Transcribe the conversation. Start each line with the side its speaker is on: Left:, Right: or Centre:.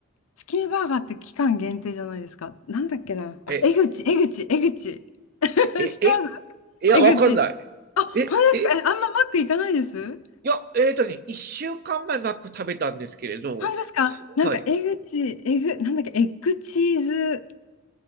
Left: 月見バーガーって期間限定じゃないですか。なんだっけな。あ、
Right: え、
Left: 江口、江口、江口。<laughs>
Right: え、え、
Left: 知ってます
Right: え、いや、
Left: 江口。
Right: わかんない。
Left: あ、本当ですかえ、
Right: え、え、
Left: あんまマック行かないです
Right: いや、えっとね、一週間前マック食べたんですけれど、
Left: 本当ですかなんか江口、
Right: すはい。
Left: エグ、なんだっけ、エッグチーズ、